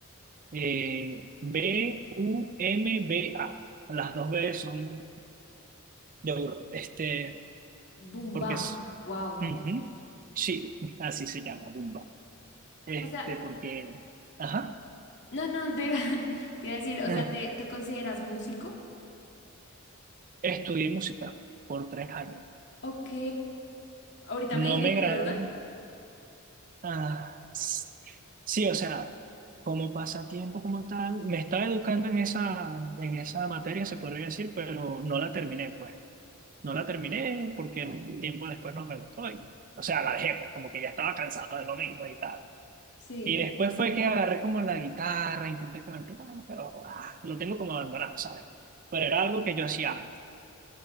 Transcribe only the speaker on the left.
Bumba,
wow.
O sea,
no, no, te iba, <laughs> te iba a decir, o
sea, ¿te, te consideras músico?
Ok, ahorita me
dijiste,
¿verdad?
Sí.